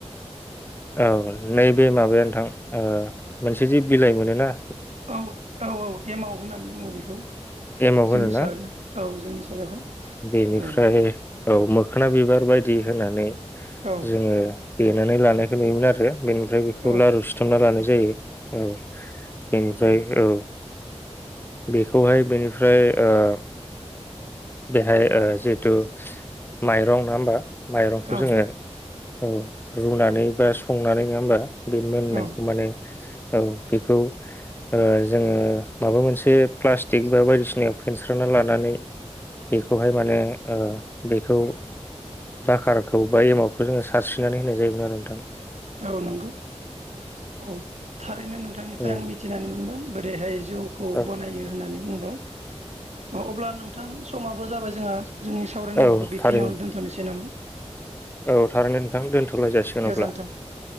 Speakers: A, on the right (about 75°); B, on the left (about 20°).
A: <unintelligible>
B: औ नैबे माबाया नोंथां ओ मोनसे जि बिलाइ मोनो ना।
A: औ औ औ एमाव होननानै बुङो बेखौ
B: एमाव
A: जोंनि
B: होनो
A: सायाव
B: ना
A: औ जोंनि सायावहाय
B: बेनिफ्राय
A: औ
B: औ मोखोना बि बारबायदि होनानै
A: औ
B: जोङो देनानै लानायखौ नुयोमोन आरो बेनिफ्राय बेखौ
A: औ
B: लारु सिथुमना लानाय जायो औ बे ओमफ्राय औ बेखौहाय बेनिफ्राय ओ बेहाय ओ जिहेतु माइरं नङा होमबा माइरंखौ
A: औ
B: जोङो औ रुनानै बा संनानै नङा होमबा बे मोननायखौ
A: औ
B: माने औ बेखौ ओ जोङो माबा मोनसे प्लास्टिक बा बायदिसिनायाव फेनस्रना लानानै बेखौहाय माने ओ बेखौ बाखारखौ बा एमावटखौ जोङो सारस्रिनानै होनाय जायोमोन आरो नोंथां
A: औ नंगौ औ थारैनो नोंथांनिफ्राय
B: औ
A: आं मिथिनानै मोनबाय । बोरैहाय जौखौ
B: औ
A: बनायो होननानै ओमबा अब्ला नोंथां समाबो जाबाय जोंङा जोंनि सावरायनांगौखौ
B: औ
A: बेखिनियावनो
B: थारैनो
A: दोनथ'नोसै नामा?
B: औ थारैनो नोंथां दोनथ' सलाय जासिगोन
A: गोजोन्थों
B: अब्ला